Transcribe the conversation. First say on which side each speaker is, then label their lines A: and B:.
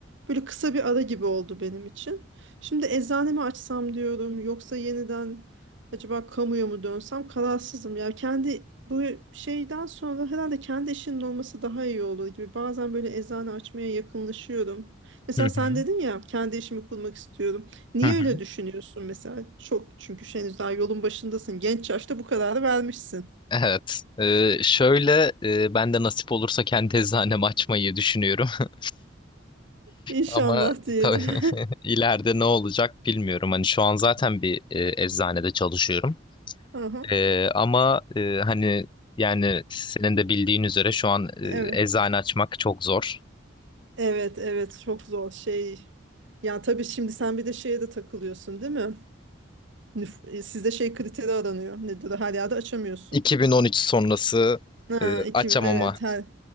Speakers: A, on the right (about 65°); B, on the left (about 25°).
A: Böyle kısa bir ara gibi oldu benim için. Şimdi eczanemi açsam diyorum yoksa yeniden acaba kamuya mı dönsem kararsızım. Ya kendi bu şeyden sonra herhalde kendi işinin olması daha iyi olur gibi. Bazen böyle eczane açmaya yakınlaşıyorum. Mesela
B: hı hı,
A: sen dedin ya kendi işimi kurmak istiyorum. Niye
B: hı hı.
A: öyle düşünüyorsun mesela? Çok çünkü henüz daha yolun başındasın. Genç yaşta bu kararı vermişsin.
B: Evet. E, şöyle e, ben de nasip olursa kendi eczanemi açmayı düşünüyorum. <laughs>
A: İnşallah
B: Ama
A: diyelim.
B: tabii
A: <laughs>
B: <laughs> ileride ne olacak bilmiyorum. Hani şu an zaten bir e, eczanede çalışıyorum.
A: Aha,
B: E, ama e, hani yani senin de bildiğin üzere şu an
A: evet.
B: e, eczane açmak çok zor.
A: Evet, evet çok zor şey. Ya tabii şimdi sen bir de şeye de takılıyorsun değil mi? Nüf- e, Sizde şey kriteri aranıyor. Nedir? o? Her yerde açamıyorsun.
B: 2013 sonrası
A: Ha,
B: e,
A: iki,
B: açamama.
A: evet her